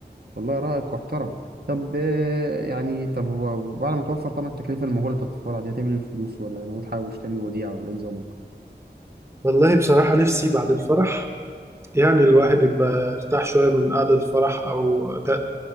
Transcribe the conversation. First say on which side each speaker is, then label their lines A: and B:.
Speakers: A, on the right; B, on the right.
A: والله رايك محترم طب آه، يعني طب و- وبعد ما توفر طبعا التكلفه المهوله بتاعت الفرع دي هتعمل ايه الفلوس ولا ناوي تحوش تعمل وديعه ولا ايه نظامك
B: والله بصراحه نفسي بعد الفرح يعني الواحد يبقى ارتاح شويه من قعده الفرح او ت-